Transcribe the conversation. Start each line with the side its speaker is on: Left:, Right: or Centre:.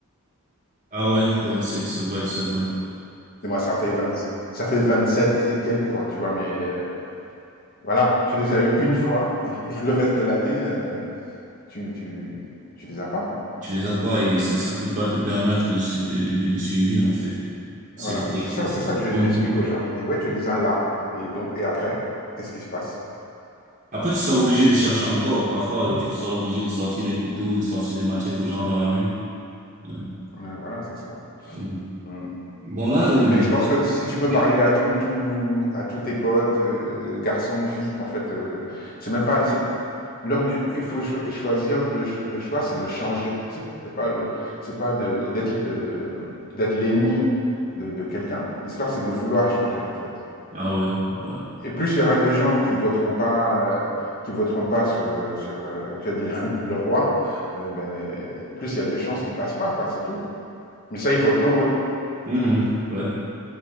Right: Ah ouais, ouais, c'est, c'est vrai, c'est vrai.
Left: Et moi, ça fait 20, ça fait 27 et quelques, quoi, tu vois, mais euh, voilà, tu les as eu une fois, <laughs> et, le reste de l'année, euh, tu, tu, tu les as pas, quoi.
Right: tu les as pas et ça, ça peut pas te permettre de, su- de, de, de de suivre, en fait. C'est,
Left: Voilà,
Right: c'est,
Left: mais c'est
Right: c'est,
Left: ça,
Right: c'est-
Left: c'est
Right: c'est
Left: ça que je-
Right: vraiment-
Left: j'explique aux gens. Je dis, ouais, tu les as là. Et donc, et après, qu'est-ce qui se passe?
Right: Après, tu seras obligé de chercher encore. Parfois, euh, tu seras obligé de sortir des couteaux, de sortir des machettes aux gens dans la rue. Ouais.
Left: Euh, voilà, c'est ça.
Right: Mhm.
Left: Mm.
Right: Bon, là, euh,
Left: Mais
Right: j'ai-
Left: je pense que si tu peux
Right: oui.
Left: parler à tout, tout, à tous tes potes, euh, garçons, filles, qu'en fait, euh, c'est même pas, c'est- L'heure du, il faut cho- choisir. Le, ch- le choix, c'est de changer. C'est c'est pas, le- c'est pas de- d'être, euh, d'être l'ennemi de, de quelqu'un. L'histoire, c'est de vouloir changer, en fait.
Right: Ah ouais, ah ouais.
Left: Et plus il y aura de gens qui voteront pas, euh, qui voteront pas sur, euh, sur, euh, tu as dit le, le roi, euh, ben, plus il y a de chances qu'ils passent pas, quoi. C'est tout. Mais ça, il faut être nombreux.
Right: Mhm. Ouais.
Left: C'est tout.